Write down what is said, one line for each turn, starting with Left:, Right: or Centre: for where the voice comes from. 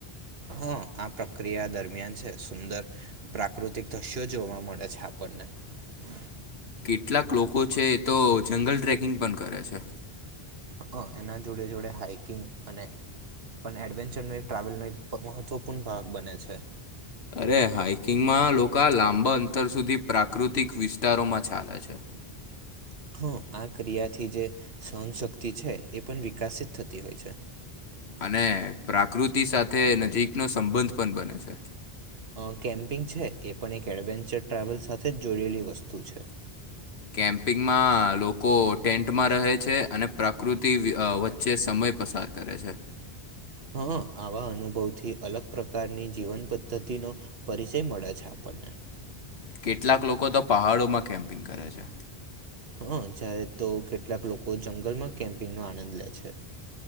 Right: હા. આ પ્રક્રિયા દરમિયાન છે સુંદર પ્રાકૃતિક દ્રશ્યો જોવા મળે છે આપણને. હ
Left: કેટલાક લોકો છે એ તો જંગલ ટ્રેકિંગ પણ કરે છે.
Right: હ એના જોડે જોડે હાઈકિંગ અને પણ એડવેન્ચર નું એક ટ્રાવેલ ન એક મહત્વપૂર્ણ ભાગ બને છે.
Left: અરે હાઈકિંગમાં લોકો લાંબા અંતર સુધી પ્રાકૃતિક વિસ્તારોમાં ચાલે છે.
Right: <inaudible> હા આ ક્રિયાથી જે સહનશક્તિ છે એ પણ વિકસિત થતી હોય છે.
Left: અને પ્રાકૃતિ સાથે નજીકનો સંબંધ પણ બને છે.
Right: અ કેમ્પિંગ છે એ પણ એક એડવેન્ચર ટ્રાવેલ સાથે જ જોડેલી વસ્તુ છે.
Left: કેમ્પિંગમાં લોકો ટેન્ટમાં રહે છે અને પ્રકૃતિ વ વચ્ચે સમજ એ પસાર કરે છે.
Right: હા હા આ અનુભવથી અલગ પ્રકારની જીવન પદ્ધતિનો પરિચય મળે છે આપણને.
Left: કેટલાક લોકો તો પહાડોમાં કેમ્પિંગ કરે છે.
Right: હઅ જ્યારે તો કેટલાક લોકો જંગલમાં કેમ્પિંગ નો આનંદ લે છે.